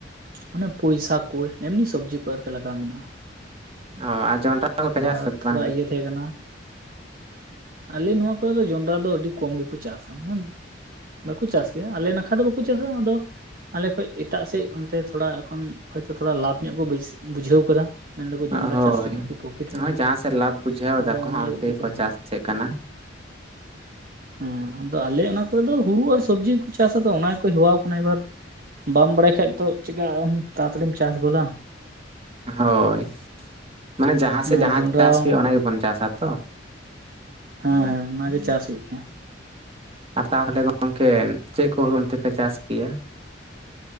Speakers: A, on the right (about 50°); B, on the right (about 30°).
A: ᱚᱱᱮ ᱯᱩᱭᱥᱟᱠ ᱠᱩ ᱮᱢᱱᱤ ᱥᱚᱵᱡᱤ ᱠᱚ ᱟᱨᱠᱤ ᱞᱟᱜᱟᱣ ᱢᱮᱱᱟᱜᱼᱟ ᱾
B: ᱚ ᱟᱨ ᱡᱚᱱᱰᱨᱟ ᱠᱚᱯᱮ ᱪᱟᱥᱟ
A: ᱟᱨ ᱛᱷᱚᱲᱟ
B: ᱵᱟᱝ ᱜᱮ?
A: ᱤᱭᱟᱹ ᱛᱟᱦᱮᱸ ᱠᱟᱱᱟ ᱟᱞᱮ ᱱᱚᱣᱟ ᱠᱚᱨᱮ ᱫᱚ ᱡᱚᱱᱰᱨᱟ ᱫᱚ ᱟᱹᱰᱤ ᱠᱚᱢ ᱜᱮᱠᱚ ᱪᱟᱥᱟ ᱢᱟᱱᱮ ᱵᱟᱠᱚ ᱪᱟᱥ ᱜᱮᱭᱟ ᱟᱞᱮ ᱱᱟᱠᱷᱟ ᱫᱚ ᱵᱟᱠᱩ ᱪᱟᱥᱟᱢ ᱟᱫᱚ ᱟᱞᱮ ᱠᱷᱚᱡ ᱮᱴᱟᱜ ᱥᱮᱪ ᱚᱱᱛᱮ ᱛᱷᱚᱲᱟ ᱮᱠᱷᱚᱱ ᱦᱚᱭᱛᱚ ᱛᱷᱚᱲᱟ ᱞᱟᱵᱷ ᱧᱚᱜ ᱠᱚ ᱵᱟᱹᱥ ᱵᱩᱡᱷᱟᱹᱣ ᱠᱟᱫᱟ ᱢᱮᱱᱫᱟᱠᱚ ᱡᱚᱱᱰᱨᱟ
B: ᱚ ᱦᱳᱭ
A: ᱪᱟᱥ ᱨᱮ ᱵᱷᱟᱜᱤ ᱯᱨᱚᱯᱷᱤᱴ
B: ᱱᱚᱜᱚᱭ
A: ᱢᱮᱱᱟᱜᱼᱟ
B: ᱡᱟᱦᱟᱸ ᱥᱮᱫ ᱞᱟᱵᱷ ᱵᱩᱡᱷᱟᱹᱣ
A: ᱟᱫᱚ
B: ᱫᱟᱠᱚ
A: ᱚᱱᱟ
B: ᱦᱟᱸᱜ
A: ᱞᱟᱹᱜᱤᱫ
B: ᱚᱱᱛᱮ
A: ᱠᱚ
B: ᱜᱮᱠᱚ
A: ᱪᱟᱥ
B: ᱪᱟᱥᱮᱫ
A: ᱮᱫᱟ
B: ᱠᱟᱱᱟ
A: ᱦᱩᱸ ᱟᱫᱚ ᱟᱞᱮ ᱚᱱᱟ ᱠᱚᱨᱮ ᱫᱚ ᱦᱩᱲᱩ ᱟᱨ ᱥᱚᱵᱽᱡᱤ ᱜᱮᱠᱚ ᱪᱟᱥ ᱟᱛᱚ ᱚᱱᱟ ᱜᱮᱠᱚ ᱦᱮᱣᱟ ᱟᱠᱟᱱᱟ ᱮᱵᱟᱨ ᱾ ᱵᱟᱢ ᱵᱟᱲᱟᱭ ᱠᱷᱟᱡ ᱛᱚ ᱪᱤᱠᱟ. ᱛᱟᱲᱟᱛᱟᱲᱤᱢ ᱪᱟᱥ ᱜᱚᱫᱟᱢ
B: ᱚ ᱦᱳᱭ ᱢᱟᱱᱮ ᱡᱟᱦᱟᱸ
A: ᱦᱮᱸ
B: ᱥᱮᱫ ᱡᱟᱦᱟᱸ
A: ᱡᱚᱱᱰᱨᱟ
B: ᱪᱟᱥ ᱦᱩᱭᱩᱜᱼᱟ ᱚᱱᱟ ᱜᱮᱵᱚᱱ ᱪᱟᱥᱟ ᱛᱚ
A: ᱦᱮᱸ ᱦᱮᱸ ᱚᱱᱟᱜᱮ ᱪᱟᱥ ᱦᱩᱭᱩᱜ ᱜᱮᱭᱟ ᱾
B: ᱟᱨ ᱛᱟᱦᱚᱞᱮ ᱜᱚᱝᱠᱮ ᱪᱮᱫ ᱠᱚ ᱦᱩᱲᱩ ᱛᱱᱛᱮ ᱯᱮ ᱪᱟᱥ ᱜᱮᱭᱟ?